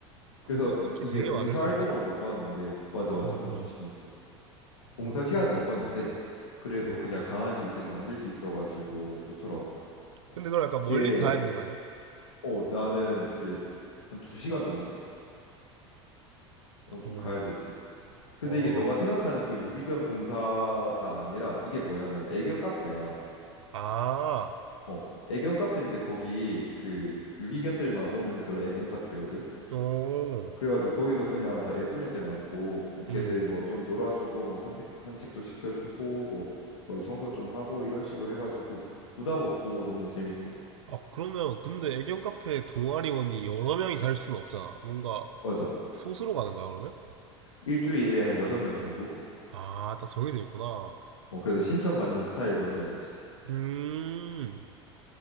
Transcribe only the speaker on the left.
그래서
이게
봉사
활동을 못 봤는데 맞아 맞아
엄청
재밌어. 봉사
시간을 못 봤는데 그래도
그냥 강아지 계속 만질 수 있어가지고 좋더라고.
이게
어 나는 이제 한 두 시간 정도? 어
좀 가야 되지. 근데
이게 너가 생각하는 그 유기견 봉사가 아니라 이게 뭐냐면 애견 카페야.
어, 애견 카페인데 거기 그 유기견들만 오는 그런 애견 카페거든.
그래가지고 거기서 그냥 다 예쁜 애들 많고 걔들
뭐 좀 놀아주고 뭐 산책 산책도 시켜주고 뭐 거의 청소 좀 하고 이런 식으로 해가지고 부담 없고 너무 재밌어.
맞아.
일주일에 한 여섯 명 정도?
어, 그래서 신청받는 스타일 뭔지 알지?